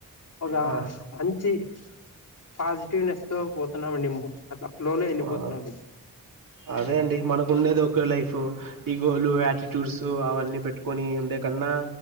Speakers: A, on the left; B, on the right.
A: ఒక
B: ఆ
A: మంచి పాజిటివ్నెస్ తో పోతున్నామండి, అట్లా ఫ్లో వెళ్ళిపోతున్నమ్
B: ఆ
A: అండి
B: అదే అండి మనకు ఉండేది ఒక లైఫ్ ఈగోలు ఆటిట్యూడ్స్ అవన్నీ పెట్టుకొని ఉండే కన్నా